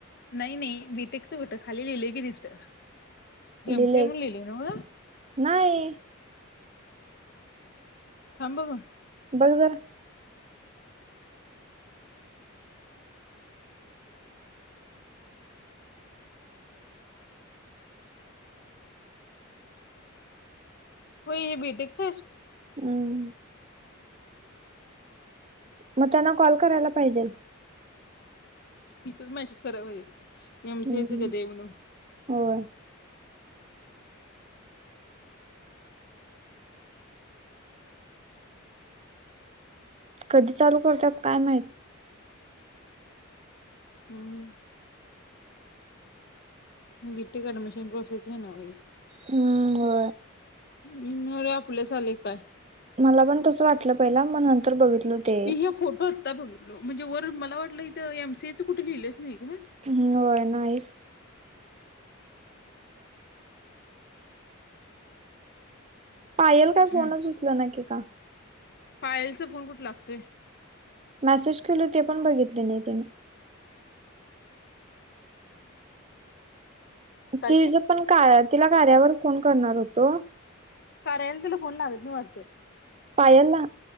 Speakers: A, on the left; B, on the right.
A: नाही नाही बीटेकचं कुठं खाली लिहिले की तिथं एमसीए
B: लिहिलंय
A: म्हणून लिहिले नव
B: नाही
A: ांभग
B: बघ जरा
A: हो बीटेकस
B: हम् मग त्यांना कॉल करायला पाहिजे
A: इथच मॅसेस करा म्हजे नेमच
B: हम्म
A: यायच कधी म्हणून
B: होय कधी चालू करतात काय माहत
A: हम्म बीटेक अडमिशन प्रोसेस नाई
B: हम्म हो
A: हम्रे आपले झाले काय
B: मला पण तस वाटलं पहिला मग नंतर बघितल ते
A: मी हे फोटो आत्ता बघितलो. म्हणजे वर मला वाटलं इथं एम सी ए च कुठ लिहिलंच नाही का?
B: हम् होय नाहीच. पायल काय
A: हम्म.
B: फोनच उचलना की का?
A: पायलचा फोन कुठे लागतोय?
B: मेसेज केल ते पण बघितले नाही तिनं.
A: काय
B: ति
A: ते
B: ज पण काय तिला कार्यावर फोन करणार होतो.
A: कार्याला तिला फोन लागत नाही वाटत?
B: पायल ला?